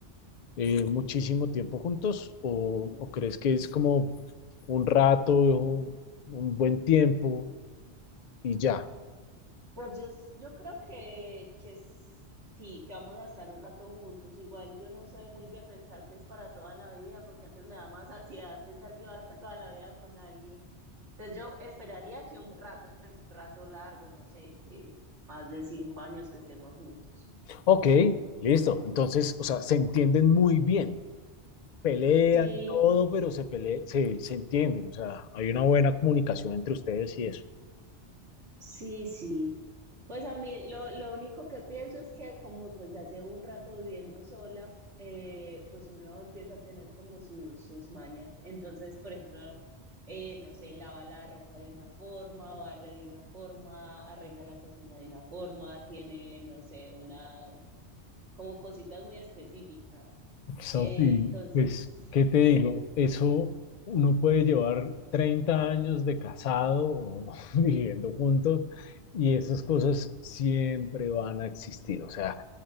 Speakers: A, on the left; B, on the right.
A: eh, muchísimo tiempo juntos o, o crees que es como un rato, un buen tiempo y ya?
B: Pues yo, s- yo creo que, que s- sí, que vamos a estar un rato juntos. Igual yo no soy muy de pensar que es para toda la vida, porque antes me da más ansiedad pensar que va a estar toda la vida con alguien. Entonces yo esperaría que un rato, pues un rato largo, no sé, que más de cinco años que estemos juntos.
A: Ok, listo. Entonces, o sea, se entienden muy bien. Pelean
B: Sí,
A: todo, pero se, pele- se, se entienden. O sea, hay una buena comunicación entre ustedes y eso.
B: Sí, sí. Pues a mí lo, lo único que pienso es que como pues ya llevo un rato viviendo sola, eh, pues uno empieza a tener como sus, sus mañas. Entonces, por ejemplo, eh, no sé, lava la ropa de una forma, barre de una forma, arregla la cocina de una forma, tiene, no sé, una, como cositas muy específicas.
A: Sofi,
B: Eh, entonces,
A: pues, ¿qué te digo? Eso uno puede llevar 30 años de casado o <laughs> viviendo juntos y esas cosas siempre van a existir. O sea,